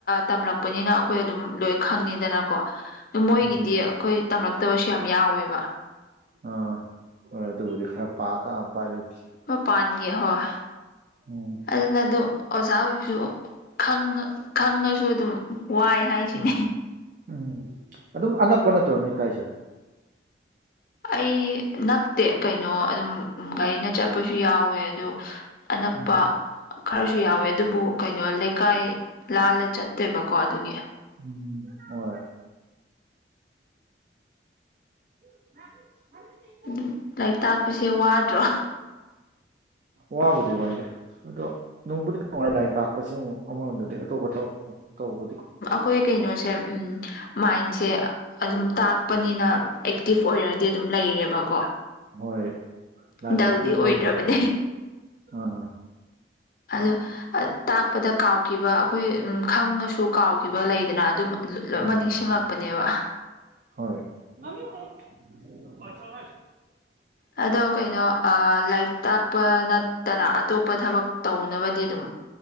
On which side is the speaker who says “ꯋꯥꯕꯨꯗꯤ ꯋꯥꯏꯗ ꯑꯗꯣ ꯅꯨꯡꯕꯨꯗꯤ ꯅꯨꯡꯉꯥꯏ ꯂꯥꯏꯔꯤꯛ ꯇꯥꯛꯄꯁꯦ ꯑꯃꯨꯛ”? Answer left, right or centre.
Right